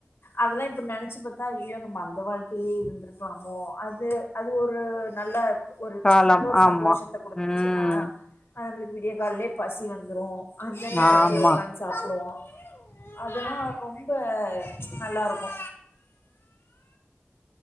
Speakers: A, on the left; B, on the left.
A: அதெல்லா இப்ப நெனைச்சு பாத்தா ஐயோ நம்ம அந்த வாழ்க்கையிலயே இருந்திருக்கலாமோ அது அது ஒரு நல்ல ஒரு
B: காலம்
A: ச் நல்ல ஒரு
B: ஆமா
A: சந்தோஷத்த குடுத்துச்சு
B: ம்
A: ஆஹ அது நம்மளுக்கு விடிய கால்லயே பசி வந்துரு அந்த நேரத்துல
B: ஆமா
A: உக்காந்து சாப்டுவோ அதெல்லா ரொம்ப ச் நல்லா இருக்கூ